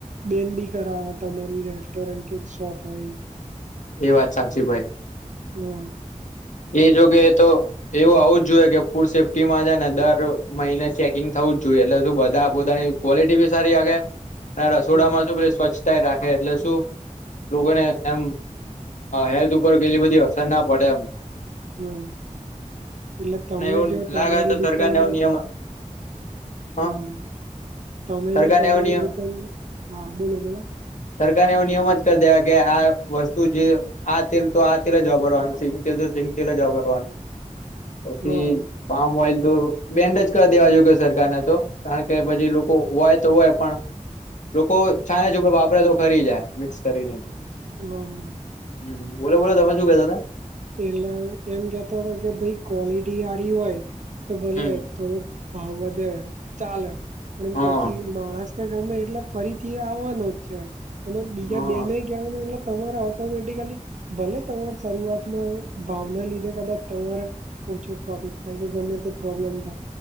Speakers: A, on the right (about 65°); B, on the left (about 65°).
A: બેન બી કરા તમારી રેસ્ટોરન્ટ કે જ શોપ હોય
B: એ વાત સાચી ભાઈ
A: હમ
B: એ જોગે તો એવું આવું જ ફૂડ સેફ્ટીમાં છે ને દર મહિને ચેકિંગ થવું જ જોઈએ એટલે શું બધા પોતાની ક્વલિટી સારી આે અને રસોડામાં
A: હમ
B: શ પ સ્વચ્છતા રાખે એટલે શું લોકોને એમ હેલ્થ ઉપર કેટલી બધી અસર ના પડે એમ
A: હમ એટલે તમે
B: ના એવું
A: જો તમારી
B: લાગ તો
A: દુકાનમાં
B: સરકારને એવ નિયમ હ
A: હા તમે
B: સરકારને
A: જે તમારી
B: એવો નિયમ
A: દીકલ હા બોલો બોલો
B: સરકારને એવો નિયમ જ કરી દેવા કે આ વસ્તુ જે આ તેલ તો આ તેલ જ વાપરવાનું છે સીંગ તેલ જ વાપરવાનું પછી
A: હા
B: પામ ઓલ બેન્ડજ કરી દેવા જો કે સરકારને તો કારણ કે પછી લોકો હોય તો હોય પણ લોકો છાને છેુ કે વાપરે તો ખરી જાય મિક્સ કરીને હ
A: હા
B: બોલો બોલો તમે શું કેતા તા
A: એટલે એમ કેતા હતા કે ભાઈ ક્વોલિટી સારી હોય તો ભલે
B: હમ
A: થોડુંક ભાવ વધે ચાલે પણ
B: હા
A: પછી માણસ ગમે એટલે ફરીથી આવવાનો જ છે અને બીજા
B: હા
A: બેને કવાનું એટલે તમારા ઓટોમેટિકલી ભલે તમા શરૂઆત ભાવના લીધે કદાચ તમારા ઓછો પ્રોફિક થાય કે ગમે તે પ્રોબ્લેમ થાય